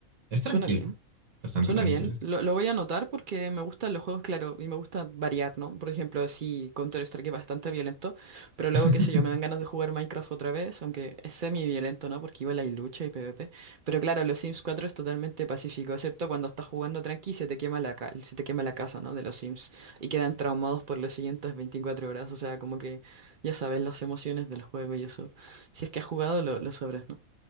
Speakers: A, on the right; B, on the right.
A: Es tranquilo,
B: Suena bien.
A: bastante
B: Suena
A: tranquilo.
B: bien, lo, lo voy a anotar porque me gustan los juegos, claro, y me gusta variar, ¿no? Por ejemplo, sí, Counter-Strike es bastante violento, pero luego,
A: <laughs>
B: qué sé yo, me dan ganas de jugar Minecraft otra vez, aunque es semi-violento, ¿no? Porque igual hay lucha y PvP. Pero claro, los Sims cuatro es totalmente pacífico, excepto cuando estás jugando tranqui y se te quema la ca- se te quema la casa, ¿no? De los Sims y quedan traumados por las siguientes 24 horas, o sea, como que ya sabes las emociones del juego y eso. Si es que has jugado, lo, lo sabrás, ¿no?